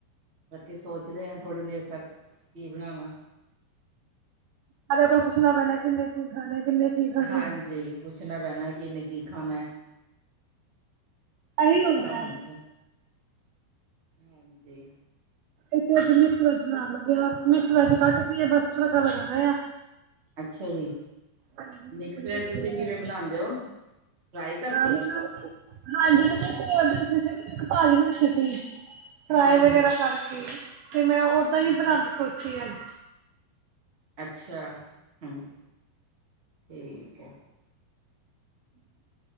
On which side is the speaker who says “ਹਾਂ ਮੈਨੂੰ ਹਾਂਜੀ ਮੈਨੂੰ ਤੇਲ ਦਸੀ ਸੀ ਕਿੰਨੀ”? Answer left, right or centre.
Right